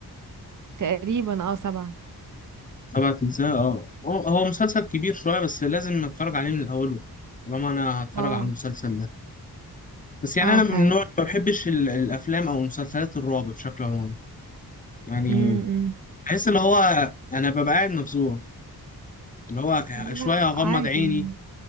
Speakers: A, on the right; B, on the left.
A: تقريبا اه سبعة
B: سبعة اجزاء اه هو هو مسلسل كبير شوية بس لازم اتفرج عليه من الاول طالما انا هتفرج
A: اه
B: على المسلسل ده بس يعني
A: اه
B: انا
A: فعلا
B: من النوع اللي ما بحبش ال- الافلام او مسلسلات الرعب بشكل عام يعني
A: امم
B: بحس اللي هو انا ببقى قاعد مفزوع اللي هو
A: لا
B: شويه اغمض
A: عادي
B: عيني
A: يعني